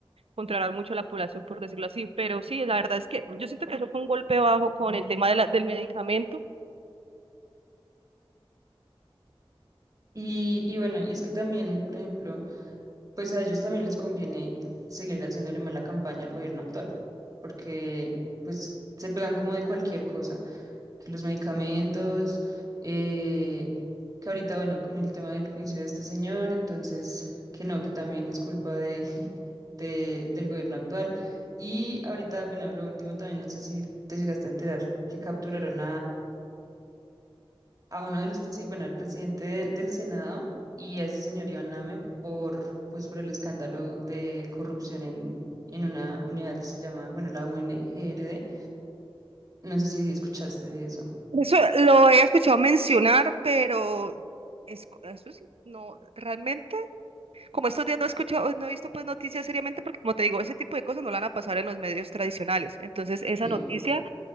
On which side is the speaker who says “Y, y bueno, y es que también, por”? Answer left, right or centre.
Right